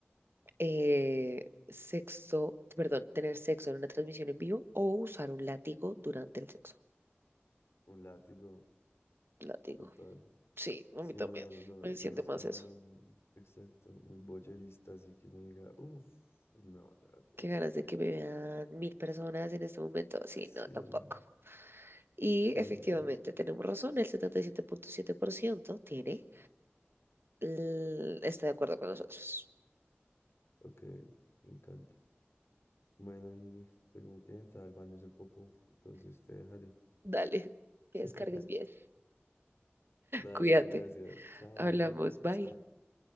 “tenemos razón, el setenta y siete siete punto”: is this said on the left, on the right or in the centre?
Right